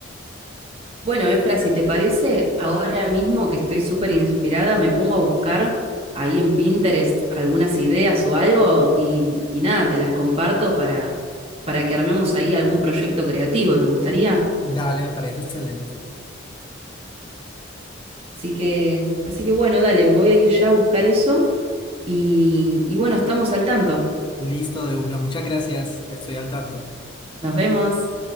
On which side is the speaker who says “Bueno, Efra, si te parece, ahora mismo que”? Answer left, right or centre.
Right